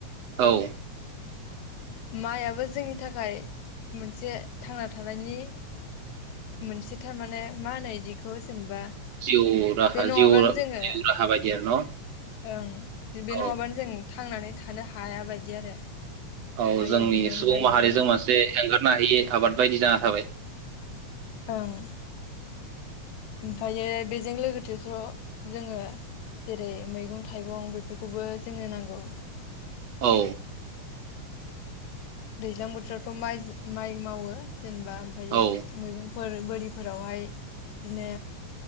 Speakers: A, on the right; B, on the left.
A: औ
B: माइआबो जोंनि थाखाय मोनसे थांना थानायनि मोनसे थारमाने मा होनो इदिखौ जेनेबा
A: जिउ राहा
B: बे नङाबानो
A: जिउ जिउ
B: जोंङो
A: राहा बायदि आरो न'
B: ओं बे
A: औ
B: नङाबानो जों थांनानै थानो हाया बायदि आरो
A: औ
B: ओमफ्रायो
A: जोंनि
B: बिनि अनगायैबो
A: सुबुं माहारिजों मोनसे एंगारनो हायि आबाद बायदि जाना थाबाय।
B: ओं ओमफायो बेजों लोगोथे थ' जोंङो जेरै मैगं थाइगं बेफोरखौबो जोंनो नांगौ
A: औ
B: दैज्लां बोथोरावथ' माइज माइ मावो जेनेबा ओमफायो
A: औ
B: मैगंफोर बोरिफोरावहाय बिदिनो